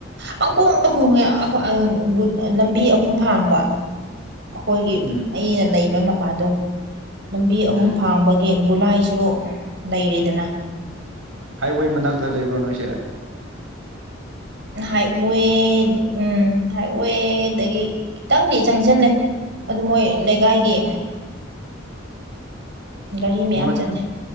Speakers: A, on the right (about 60°); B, on the right (about 80°).
A: ꯄꯪꯀꯣꯡꯗ ꯈꯣꯡꯉꯦ ꯑꯈꯣꯏ ꯂꯝꯕꯤ ꯑꯍꯨꯝ ꯐꯥꯡꯕ ꯑꯩꯈꯣꯏꯒꯤ
B: ꯎꯝ
A: ꯑꯩꯅ ꯂꯩꯕ ꯃꯄꯥꯗꯣ ꯂꯝꯕꯤ
B: ꯎꯝ
A: ꯑꯍꯨꯝ ꯐꯥꯡꯕꯒꯤ ꯒꯨꯂꯥꯏꯁꯨ ꯂꯩꯔꯤꯗꯅ
B: ꯍꯥꯏꯋꯦ ꯃꯅꯥꯛꯇ ꯂꯩꯕ꯭ꯔꯣ ꯅꯣꯏꯁꯦ
A: ꯍꯥꯏꯋꯦ ꯎꯝ ꯍꯥꯏꯋꯦ ꯗꯒꯤ ꯈꯤꯇꯪꯗꯤ ꯆꯪꯖꯜꯂꯦ ꯑꯗꯨ ꯃꯣꯏ ꯂꯩꯀꯥꯏꯒꯤ ꯒꯥꯔꯤ ꯃꯌꯥꯝ
B: ꯅꯣꯏ
A: ꯆꯠꯂꯦ